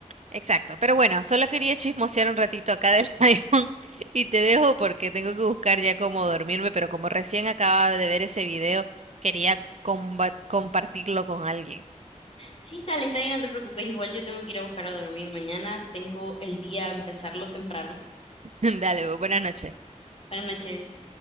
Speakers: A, on the right (about 60°); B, on the left (about 50°).
A: Exacto, pero bueno, solo quería chismosear un ratito acá del <laughs> iPhone y te dejo porque tengo que buscar ya cómo dormirme, pero como recién acababa de ver ese video, quería comba- compartirlo con alguien.
B: Sí, dale, está bien, no te preocupes. Igual yo tengo que ir a buscar a dormir. Mañana tengo el día a empezarlo temprano.
A: <laughs> Dale, pues, buenas noches.
B: Buenas noches.